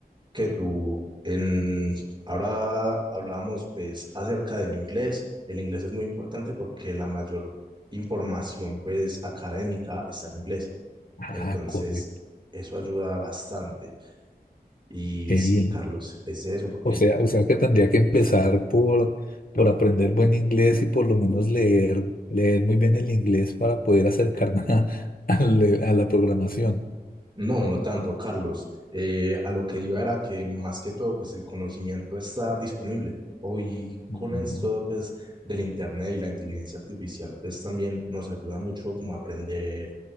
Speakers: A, on the right; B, on the left.
A: que tú en ahora hablábamos pues acerca del inglés. El inglés es muy importante porque la mayor información pues académica está en inglés.
B: Ah,
A: Entonces,
B: correcto.
A: eso ayuda bastante. Y
B: Qué
A: sí,
B: bien.
A: Carlos, es eso porque
B: O sea, o sea que tendría que empezar por, por aprender buen inglés y por lo menos leer, leer muy bien el inglés para poder acercarme a, a le- a la programación.
A: No, no tanto, Carlos. Eh, a lo que iba era que más que todo, pues el conocimiento está disponible. Hoy con
B: Mm,
A: esto, pues del Internet y la inteligencia artificial, pues también nos ayuda mucho como a aprender,